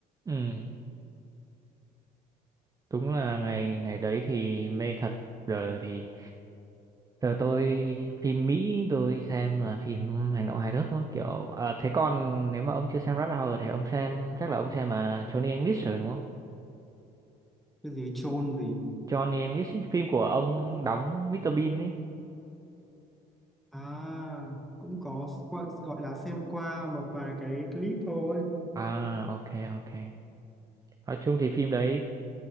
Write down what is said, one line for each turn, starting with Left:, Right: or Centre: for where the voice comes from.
Right: ừ đúng là ngày ngày đấy thì mê thật giờ thì giờ tôi phim Mỹ tôi xem là phim hành động hài hước thôi kiểu à, thế còn nếu mà ông chưa xem Rush Hour thì ông xem chắc là ông xem mà Johnny English rồi đúng không
Centre: cái gì chôn gì
Right: Johnny English ấy, phim của ông đóng Mr Bean ấy
Centre: à cũng có qua- gọi là xem qua một vài cái clip thôi
Right: à ok ok Nói chung thì phim đấy